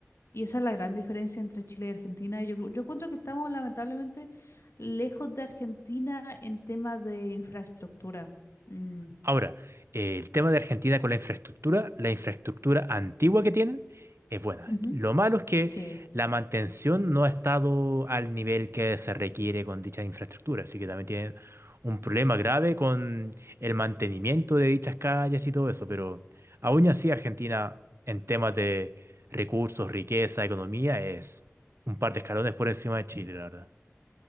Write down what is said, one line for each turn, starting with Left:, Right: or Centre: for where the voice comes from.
Left: Y esa es la gran diferencia entre Chile y Argentina. Y Yo, creo- yo encuentro que estamos lamentablemente lejos de Argentina en temas de infraestructura. Mm,
Right: Ahora, eh, el tema de Argentina con la infraestructura, la infraestructura antigua que tienen es buena.
Left: ujú,
Right: Lo malo es que
Left: Sí,
Right: la mantención no ha estado al nivel que se requiere con dicha infraestructura, así que también tienen un problema grave con el mantenimiento de dichas calles y todo eso, pero aún así Argentina en temas de recursos, riqueza, economía es un par de escalones por encima de Chile, la verdad.